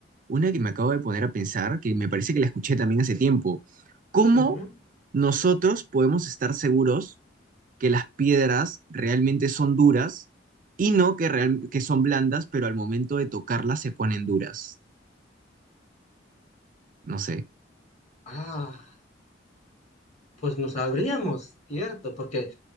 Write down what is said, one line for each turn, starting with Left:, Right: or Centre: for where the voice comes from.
Right: Una que me acabo de poner a pensar, que me parece que la escuché también hace tiempo. ¿Cómo
Left: Ujú.
Right: nosotros podemos estar seguros que las piedras realmente son duras y no que, real- que son blandas, pero al momento de tocarlas se ponen duras? No sé.
Left: Ah, pues no sabríamos, ¿cierto? Porque